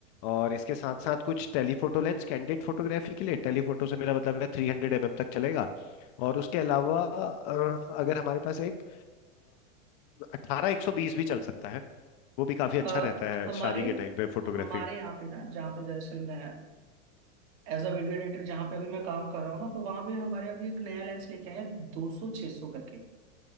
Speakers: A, on the left; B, on the right.
A: और इसके साथ साथ कुछ टेलीफोटो लेंस कैंडिड फोटोग्राफी के लिए टेलीफोटो से मेरा मतलब है थ्री हंड्रेड एम एम तक चलेगा और उसके अलावा अ, अगर हमारे पास एक अठारह एक सौ बीस भी चल सकता है वो भी काफी अच्छा
B: अ,
A: रहता है
B: हमारे
A: शादी के टाइम पे फोटोग्राफी
B: हमारे यहाँ पे ना जहाँ पे दरअसल मैं एज अ वीडियो एडिटर जहाँ पे अभी मैं काम कर रहा हूँ ना तो वहाँ पे हमारे अभी एक नया लेंस लेके आए हैं दो सौ छः सौ करके।